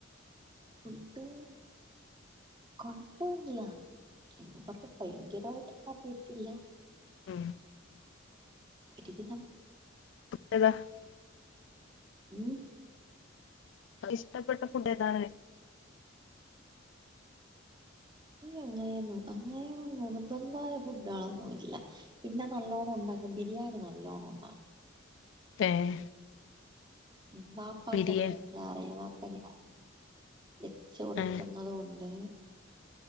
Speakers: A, on the right (about 20°); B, on the left (about 65°).
A: ഫുഡ്ഡ് കൊഴപ്പല്ല എന്ന് പറഞ്ഞ് ഭയങ്കരായിട്ട് അറിയത്തില്ല
B: ഉം
A: <unintelligible>
B: <unintelligible>
A: ഉം
B: ങ്ങക്ക് ഇഷ്ടപ്പെട്ട ഫുഡേതാണ്
A: ഇൻക്ക് അങ്ങനെന്നും അങ്ങനെന്നും നിർബന്ധായ ഫുഡാളൊന്നും ഇല്ല പിന്നെ നല്ലോണം ഒണ്ടാക്കും ബിരിയാണി നല്ലോണം ഒണ്ടാക്കും
B: ഏഹ്
A: ഉം വാപ്പാക്ക്
B: ബിരിയാണി
A: അത് വെയ്ക്കാറിയാ വാപ്പങ്ങനെ വെച്ച് കൊടുക്കുന്നത്
B: ആഹ്
A: കൊണ്ട്